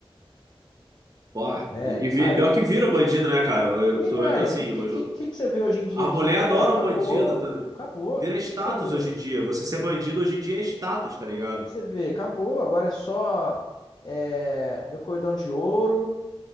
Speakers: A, on the right; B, on the left.
A: Pô,
B: né?
A: e, e vi-
B: Aí,
A: pior que vira bandido, né, cara? Eu-
B: Quem
A: Tu
B: mais?
A: entra assim,
B: O Que, que,
A: hoje.
B: que, que que você vê hoje em dia
A: A mulher
B: disso,
A: adora
B: cara? Acabou.
A: um bandido também.
B: Acabou. O
A: Vira
B: Que, que,
A: status
B: que você vê?
A: hoje em dia. Você ser bandido hoje em dia é status, tá ligado?
B: O Que, que você vê? Acabou. Agora é só é, meu cordão de ouro.